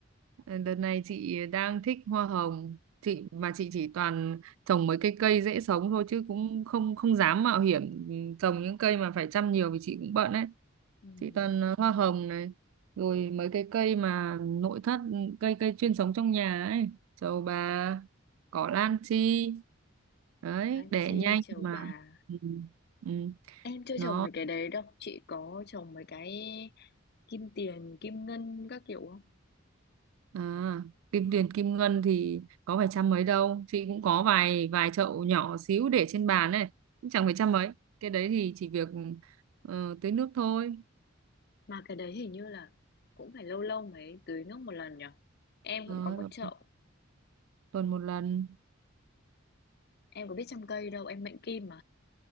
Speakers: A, on the right; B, on the left.
A: ờ, đợt này chị đang thích hoa hồng chị mà chị chỉ toàn trồng mấy cái cây dễ sống thôi chứ cũng không không dám mạo hiểm ừ, trồng những cây mà phải chăm nhiều vì chị cũng bận ấy
B: Ừm,
A: chị toàn ờ, hoa hồng này rồi mấy cái cây mà nội thất ừ, cây cây chuyên sống trong nhà ấy trầu bà cỏ lan chi đấy
B: Ngọc Lan
A: đẻ
B: Chi
A: nhanh
B: trầu
A: mà
B: bà
A: ừ. Ừ.
B: em chưa
A: nó
B: trồng mấy cái đấy đâu chị có trồng mấy cái kim tiền kim ngân các kiểu không
A: à, kim tiền kim ngân thì có phải trăm mấy đâu chị cũng có vài vài chậu nhỏ xíu để trên bàn này cũng chẳng phải trăm mấy cái đấy thì chỉ việc ờ, tưới nước thôi
B: mà cái đấy hình như là cũng phải lâu lâu mới tưới nước một lần nhở em
A: Ờ,
B: cũng có một chậu
A: tuần một lần
B: em có biết chăm cây đâu em mệnh kim